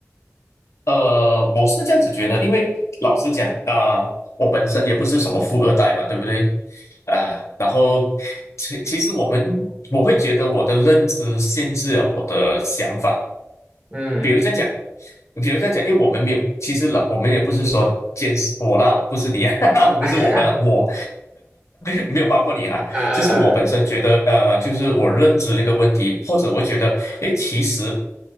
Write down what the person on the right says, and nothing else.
嗯，
<laughs>
啊啊啊，